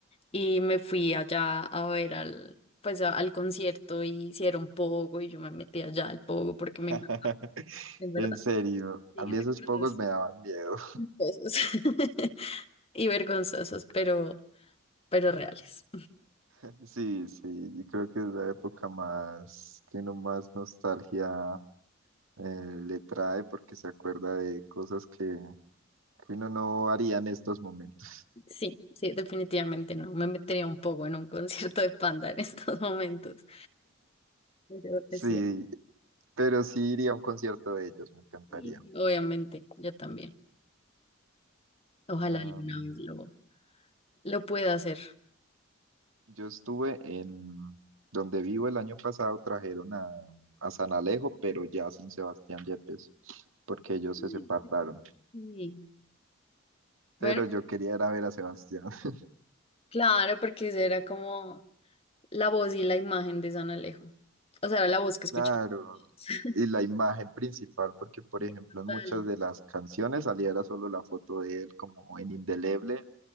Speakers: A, on the left; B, on the right.
A: y me fui allá a ver al, pues a- al concierto y hicieron pogo y yo me metí allá al pogo porque
B: <laughs>
A: me encantó, en verdad.
B: en serio,
A: Sí,
B: a mí
A: recuerdos
B: esos pocos me daban miedo.
A: culposos <laughs> y vergonzosos, pero, pero reales.
B: <laughs> Sí, sí, yo creo que es la época más que uno más nostalgia eh, le trae porque se acuerda de cosas que, que uno no haría en estos momentos.
A: Sí, sí, definitivamente no, me metería un poco en un concierto de Panda en estos momentos. Yo creo
B: Sí,
A: que sí.
B: pero sí iría a un concierto de ellos, me encantaría.
A: Sí. Obviamente, yo también. Ojalá
B: Am,
A: alguna vez lo, lo pueda hacer.
B: yo estuve en donde vivo el año pasado, trajeron a, a San Alejo, pero ya sin Sebastián Yepes, porque ellos
A: Ay,
B: se separaron.
A: pues Sí. Bueno,
B: Pero yo quería ir a ver a Sebastián, <laughs>
A: claro, porque esa era como la voz y la imagen de San Alejo. O sea, era la voz que escuché.
B: claro.
A: <laughs>
B: Y la imagen principal, porque por
A: sí.
B: ejemplo en
A: Total.
B: muchas de las canciones salía era solo la foto de él como en indeleble